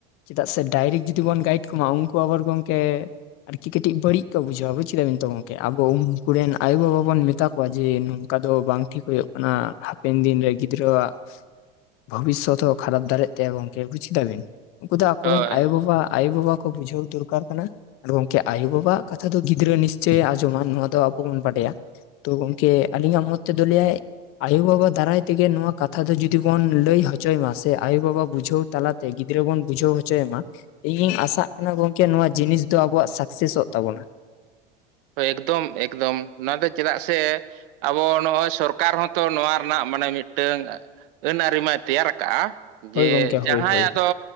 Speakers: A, on the left; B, on the right.
A: ᱪᱮᱫᱟᱜ ᱥᱮ ᱰᱟᱭᱨᱮᱠᱴ ᱡᱩᱫᱤ ᱵᱚᱱ ᱜᱟᱭᱤᱰ ᱠᱚᱢᱟ ᱩᱱᱠᱩ ᱟᱵᱟᱨ ᱜᱚᱢᱠᱮ ᱟᱨᱠᱤ ᱠᱟᱹᱴᱤᱡ ᱵᱟᱹᱲᱤᱡ ᱠᱚ ᱵᱩᱡᱷᱟᱹᱣᱟ ᱵᱩᱡ ᱠᱮᱫᱟ ᱵᱤᱱ ᱛᱚ ᱾ ᱟᱵᱚ ᱩᱱᱠᱩ ᱨᱮᱱ ᱟᱭᱳ ᱵᱟᱵᱟ ᱵᱚᱱ ᱢᱮᱛᱟ ᱠᱚᱣᱟ ᱡᱮ ᱱᱚᱝᱠᱟ ᱫᱚ ᱵᱟᱝ ᱴᱷᱤᱠ ᱦᱩᱭᱩᱜ ᱠᱟᱱᱟ ᱾ ᱦᱟᱯᱮᱱ ᱫᱤᱱᱨᱮ ᱜᱤᱫᱽᱨᱟᱹᱣᱟᱜ ᱵᱷᱚᱵᱤᱥᱚᱛ ᱦᱚᱸ ᱠᱷᱟᱨᱟᱯ ᱫᱟᱲᱮᱜ ᱛᱟᱭᱟ ᱜᱚᱢᱠᱮ ᱵᱩᱪ ᱠᱮᱫᱟ ᱵᱤᱱ? ᱩᱱᱠᱩ ᱫᱚ ᱟᱠᱚ
B: ᱦᱳᱭ
A: ᱨᱮᱱ ᱟᱭᱳᱼᱵᱟᱵᱟ ᱟᱭᱳ ᱵᱟᱵᱟ ᱵᱩᱡᱷᱟᱹᱣ ᱫᱚᱨᱠᱟᱨ ᱠᱟᱱᱟ, ᱟᱨ ᱜᱚᱝᱠᱮ ᱟᱭᱳ ᱵᱟᱵᱟ ᱣᱟᱜ ᱠᱟᱛᱷᱟ ᱫᱚ ᱜᱤᱫᱽᱨᱟᱹ ᱱᱤᱥ ᱪᱚᱭ ᱟᱸᱡᱚᱢᱟ, ᱱᱚᱣᱟ ᱫᱚ ᱟᱵᱚ ᱵᱚᱱ ᱵᱟᱰᱟᱭᱟ ᱛᱚ ᱜᱚᱝᱠᱮ ᱟᱞᱤᱧᱟᱜ ᱢᱚᱛ ᱛᱮᱫᱚ ᱞᱟᱹᱭᱟᱭ ᱾ ᱟᱭᱳ ᱵᱟᱵᱟ ᱫᱟᱨᱟᱭ ᱛᱮᱜᱮ ᱱᱚᱣᱟ ᱠᱟᱛᱷᱟ ᱫᱚ ᱡᱩᱫᱤ ᱵᱚᱱ ᱞᱟᱹᱭ ᱦᱚᱪᱚᱭ ᱢᱟ ᱥᱮ ᱟᱭᱳᱼᱵᱟᱵᱟ ᱵᱩᱡᱷᱟᱹᱣ ᱛᱟᱞᱟ ᱛᱮ, ᱜᱤᱫᱽᱨᱟᱹ ᱵᱚᱱ ᱵᱩᱡᱷᱟᱹᱣ ᱦᱚᱪᱚᱭᱮ ᱢᱟ, ᱤᱧᱤᱧ ᱟᱥᱟᱜ ᱠᱟᱱᱟ ᱜᱚᱝᱠᱮ ᱱᱚᱣᱟ ᱡᱤᱱᱤᱥ ᱫᱚ ᱟᱵᱚᱣᱟᱜ ᱥᱟᱠᱥᱮᱥᱚᱜ ᱛᱟᱵᱚᱱᱟ ᱾
B: ᱦᱳᱭ ᱮᱠᱫᱟᱢ ᱮᱠᱫᱚᱢ ᱪᱮᱫᱟᱜ ᱥᱮ ᱟᱵᱚ ᱱᱚᱜᱼᱚᱭ ᱥᱚᱨᱠᱟᱨ ᱦᱚᱸᱛᱚ ᱱᱚᱣᱟ ᱨᱮᱱᱟᱜ ᱢᱟᱱᱮ ᱢᱤᱫᱴᱟᱝ ᱟᱹᱱ ᱟᱹᱨᱤ ᱢᱟᱭ ᱛᱮᱭᱟᱨ ᱠᱟᱜᱼᱟ ᱡᱮ
A: ᱦᱳᱭ ᱜᱚᱝᱠᱮ
B: ᱡᱟᱦᱟᱸᱭᱟᱜ
A: ᱦᱳᱭ ᱦᱳᱭ
B: ᱟᱫᱚ